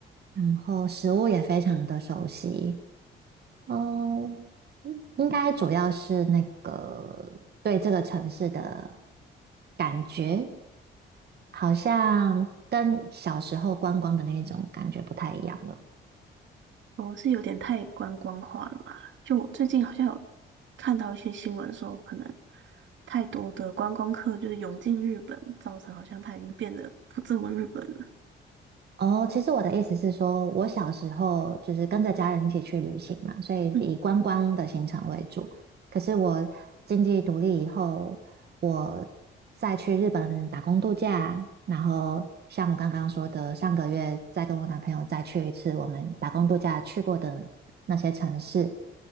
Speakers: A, on the right (about 55°); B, on the right (about 70°).
A: 然后食物也非常的熟悉。哦，嗯应该主要是那个对这个城市的感觉，好像跟小时候观光的那种感觉不太一样了。
B: 我是有点太观光化了嘛？就我最近好像有看到一些新闻说，可能太多的观光客就是涌进日本，造成好像他已经变得不这么日本了。
A: 哦，其实我的意思是说，我小时候就是跟着家人一起去旅行嘛，所以以观光的行程为主。
B: 嗯，
A: 可是我经济独立以后，我再去日本打工度假，然后像我刚刚说的，上个月再跟我男朋友再去一次我们打工度假去过的那些城市，